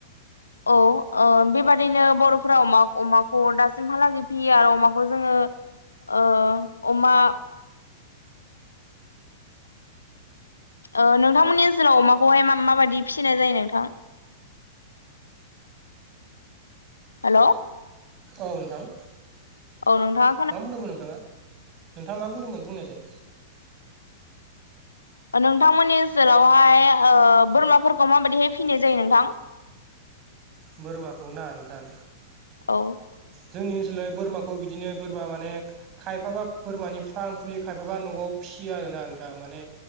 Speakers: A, on the left; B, on the right.
A: औ ओ बेबादिनो बर'फोरा अमा अमाखौ दासिमहालागै फैयो आरो अमाखौ जोङो ओ अमा ओ नोंथांमोननि ओसोलाव अमाखौहाय माबायदियै फिसिनाय जायो नोंथां हेलौ
B: औ नोंथां
A: औ नोंथां
B: मा बुंदोंमोन नोंथां नोंथां मा बुंदोंमोन बुंनायसै
A: नोंथांमोननि ओनसोलावहाय ओ बोरमाफोरखौ माबायदिहाय फिनाय जायो नोंथां <inaudible>
B: बोरमाखौ ना नोंथां
A: औ
B: जोंनि ओनसोलाव बोरमाखौ बिदिनो बोरमा माने खायफाबा बोरमानि फार्म खुलियो खायफाबा न'आव फिसियो आरोना नोंथां माने